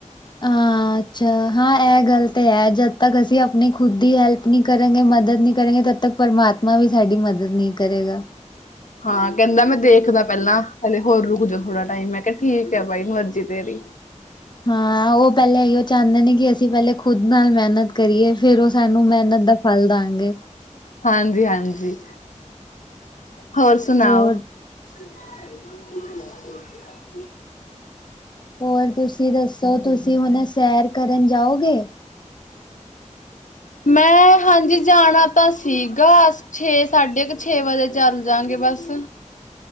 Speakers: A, on the left (about 35°); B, on the left (about 75°).
A: ਹਾਂ ਅੱਛਾ, ਹਾਂ ਐ ਗਾੱਲ ਤੇ ਹੈ, ਜਦ ਤੱਕ ਅਸੀ ਅਪਨੀ ਖੁੱਦ ਦੀ ਹੈਲਪ ਨੀ ਕਰੇਂਗੇ, ਮਦਦ ਨੀ ਕਰੇਂਗੇ, ਤਦ ਤੱਕ ਪਰਮਾਤਮਾ ਵੀ ਸਾਡੀ ਮਦਦ ਨੀ ਕਰੇਗਾ।
B: ਹਾਂ ਕੈਂਦਾ ਮੈਂ ਦੇਖਦਾ ਪ੍ਹੈਲਾਂ, ਹੱਲੇ ਹੋਰ ਰੁਕ ਜੋ ਥੋੜਾ ਟਾਈਮ, ਮੈਂ ਕੇਆ ਠੀਕ ਐ ਬਾਈ ਮਰਜੀ ਤੇਰੀ।
A: ਹਾਂ, ਓ ਪੈਲੇ ਅਈਓ ਚਾੰਦੇ ਨੇ, ਕਿ ਅਸੀ ਪ੍ਹੈਲੇ ਖੁੱਦ ਨਾਲ ਮੈਹਨਤ ਕਰੀਏ, ਫੇਰ ਓ ਸਾਨੂੰ ਮੈਹਨਤ ਦਾ ਫੱਲ ਦਾਂਗੇ।
B: ਹਾਂਜੀ-ਹਾਂਜੀ, ਹੋਰ ਸੁਨਾਓ?
A: ਹੋਰ
B: <inaudible>
A: ਹੋਰ ਤੂਸੀ ਦੱਸੋ, ਤੂਸੀ ਹੁਨੇ ਸੈਰ ਕਰਨ ਜਾਓਗੇ?
B: ਮੈਂ ਹਾਂਜੀ, ਜਾਣਾ ਤਾਂ ਸੀਗਾ ਛੇ ਸਾਡੇ ਕ ਛੇ ਵਜੇ ਚੱਲ ਜਾਂਗੇ ਬਾੱਸ।